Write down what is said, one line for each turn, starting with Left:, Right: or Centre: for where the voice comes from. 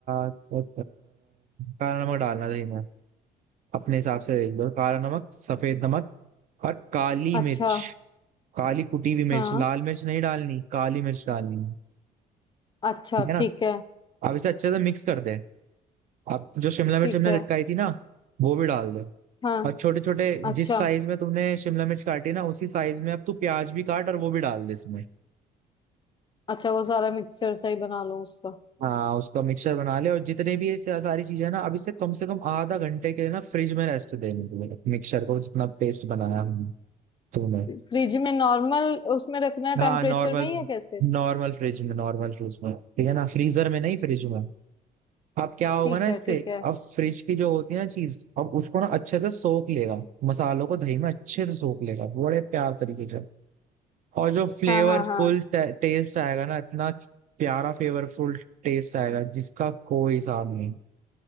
Right: अ, काला नमक डालना है दही में अपने हिसाब से ले लियो काला नमक सफेद नमक और काली
Left: अच्छा
Right: मिर्च काली कुटी हुई
Left: हाँ
Right: मिर्च लाल मिर्च नहीं डालनी काली मिर्च डालनी है
Left: अच्छा
Right: ठीक है ना
Left: ठीक है
Right: अब इसे अच्छे से मिक्स कर दे अब जो शिमला मिर्च
Left: ठीक
Right: हमने
Left: है
Right: लटकाई थी ना वो भी डाल दे
Left: हाँ
Right: और छोटे छोटे
Left: अच्छा
Right: जिस साइज में तुमने शिमला मिर्च काटी ना उसी साइज में अब तू प्याज भी काट और वो भी डाल दे इसमें
Left: अच्छा वो सारा मिक्सचर सही बना लो उसका
Right: हाँ उसका मिक्सचर बना ले और जितने भी ये सा- सारी चीजें हैं ना अब इसे कम से कम आधा घंटे के लिए ना फ्रिज में रेस्ट देने तुम्हें मिक्सचर को जितना पेस्ट बनाया हमने तूने
Left: फ्रिज में नॉर्मल उसमें रखना है
Right: हाँ
Left: टेम्परेचर
Right: नॉर्मल
Left: में ही या कैसे
Right: नॉर्मल फ्रिज में नॉर्मल फ्रिज में ठीक है ना फ्रीजर में नहीं फ्रिज में अब क्या होगा
Left: ठीक
Right: ना इससे
Left: है ठीक है
Right: अब फ्रिज की जो होती है ना चीज अब उसको ना अच्छे से सोख लेगा मसालों को दही में अच्छे से सोख लेगा बड़े प्यार तरीके से और जो फ्लेवरफुल
Left: हाँ हाँ हाँ
Right: टेस्ट आएगा ना इतना प्यारा फ्लेवरफुल टेस्ट आएगा जिसका कोई हिसाब नहीं